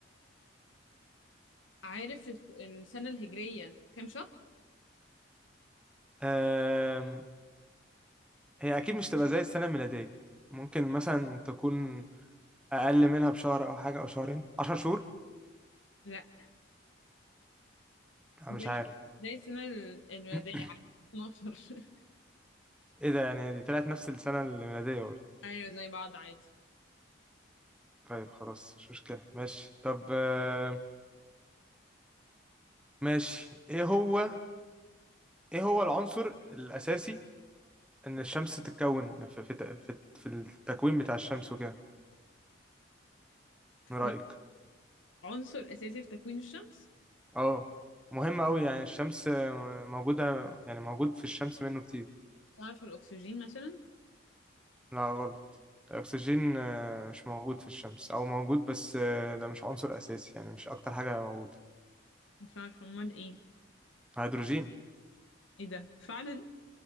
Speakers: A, on the left (about 80°); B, in the centre.
A: عارف الس- السنة الهجرية كام شهر؟
B: أم... هي اكيد مش تبقى زي السنة الميلادية ممكن مثلا تكون اقل منها بشهر او حاجة او شهرين عشر شهور
A: لا
B: انا
A: زي
B: مش عارف
A: زي السنة ال- الميلادية
B: <coughs>
A: عادي 12
B: <clears throat> ايه ده يعني دي طلعت نفس السنة الميلادية برضه
A: <laughs> أيوة زي بعض عادي
B: طيب خلاص مش مشكلة ماشي طب آم، ماشي ايه هو ايه هو العنصر الاساسي ان الشمس تتكون في في تق- في, في التكوين بتاع الشمس وكده
A: تكوين
B: من رايك
A: عنصر أساسي في تكوين الشمس
B: اه مهم قوي يعني الشمس آه، موجوده يعني موجود في الشمس منه كتير
A: مش عارفة الأكسجين مثلا
B: لا غلط الاكسجين آه، مش موجود في الشمس او موجود بس آه، ده مش عنصر اساسي يعني مش اكتر حاجه موجوده
A: مش عارفة أمال إيه
B: هيدروجين
A: إيه ده فعلا